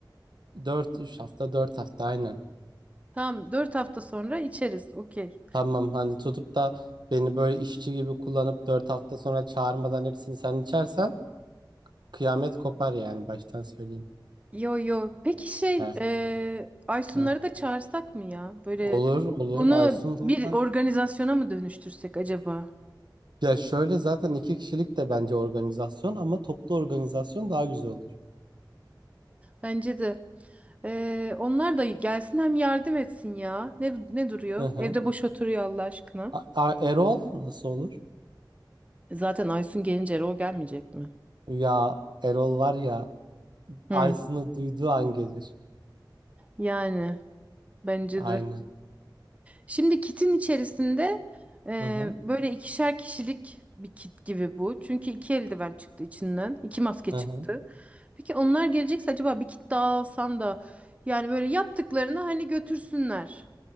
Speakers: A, on the right (about 65°); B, on the right (about 15°).
A: Dört üç hafta 4 hafta aynen.
B: <laughs> Tamam, dört hafta sonra içeriz. Okey.
A: Tamam hani tutup da beni böyle işçi gibi kullanıp 4 hafta sonra çağırmadan hepsini sen içersen kıyamet kopar yani baştan söyleyeyim.
B: Yo yo. Peki şey,
A: Heh,
B: e, Aysunları
A: heh.
B: da çağırsak mı ya? Böyle
A: Olur olur
B: bunu
A: Aysun zaten
B: bir organizasyona mı dönüştürsek acaba?
A: ya şöyle zaten iki kişilik de bence organizasyon ama toplu organizasyon daha güzel olur.
B: Bence de. Ee, onlar da gelsin hem yardım etsin ya. Ne, ne duruyor?
A: Hı hı.
B: Evde boş oturuyor Allah aşkına.
A: A- A- Erol nasıl olur?
B: Zaten Aysun gelince Erol gelmeyecek mi?
A: Ya Erol var ya
B: Hı.
A: Aysun'u duyduğu an gelir.
B: Yani bence
A: Aynen.
B: de. Şimdi kitin içerisinde e,
A: Hı hı.
B: böyle ikişer kişilik bir kit gibi bu. Çünkü iki eldiven çıktı içinden. iki maske
A: Hı
B: çıktı.
A: hı.
B: Peki onlar gelecekse acaba bir kit daha alsam da yani böyle yaptıklarını hani götürsünler.